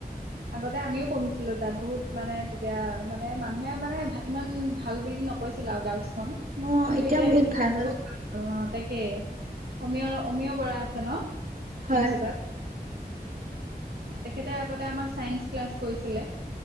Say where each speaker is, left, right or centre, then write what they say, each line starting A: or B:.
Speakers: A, on the right (about 75°); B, on the right (about 55°).
A: আগতে আমিও পঢ়িছিলো তাত, বহুত মানে তেতিয়া মানে মানুহে মানে ইমান ভাল বুলি নকৈছে <unintelligible> আৰু গাৰ্লছ খন
B: অ'
A: কিন্তু এতিয়া
B: বহুত
A: দেখিছো
B: হ'ল।
A: বহুত ভাল। অ, তাকে অমিঅ-অমিঅ বৰা আছে ন প্ৰিন্সিপাল।
B: হয়,
A: অ, তেখেতে আগতে আমাক চাইন্স ক্লাছ কৰিছিলে।